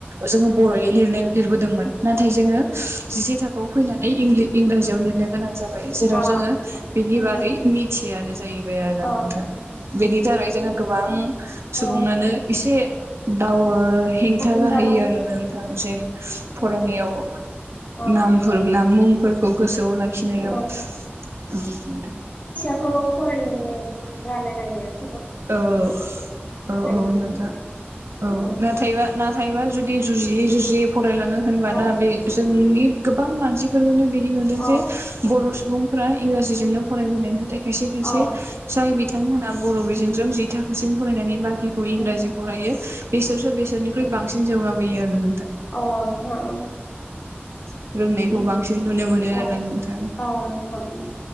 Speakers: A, on the right; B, on the left.
A: जोङो बर'यै लिरनाय लिरबोदोंमोन नाथाय जोङो
B: उम
A: जिसे थाखोआव फैना- नै इंलि-इंराजियाव लिरनो गोनां जाबाय जेराव
B: अ
A: जोङो बेनि
B: उम
A: बागै मिथियानो जाहैबाय आरोना
B: अ
A: नों-
B: नोंथां
A: थां बेनि थाखाय जोङो गोबां सुबुंनानो
B: अ
A: एसे दाव हेंथा
B: उम
A: जाहैयो
B: जाला
A: आरो नोंथां जेन
B: अ
A: फरायनायाव
B: अ
A: नामफोर नाम मुंफोरखौ गोसोआव लाखिनायाव
B: औ
A: औ नोंथां
B: ओ फरायनोनो जानो नागिरा
A: औ औ
B: हायिनि
A: औ नोंथा
B: थाखाय
A: औ नाथायबा-नाथायबा जुदि जुजियै जु- जियै फरायलाङो होनबा
B: औ
A: दा बे जोंनि गोबां मानसिफोरखौनो बिदि नुदों
B: औ
A: जे बर' सु- बुंफोरा इंराजिजोंनो फरायबोनाय नाथाय खायसे-खायसे
B: औ
A: जाय बिथांमोना बर' बि- जों जि थाखोसिम फरायनानै बाखिखौ इंराजि
B: नोंथां
A: फरायो बेसोरसो बेसोरनिख्रुइ बांसिन जौगाबोयो आरो नोंथां
B: अ नंगौ
A: औ रोंनायखौ
B: उम
A: बांसिन नुनो मोनो
B: औ
A: आरोना नोंथां
B: औ नोंथां उम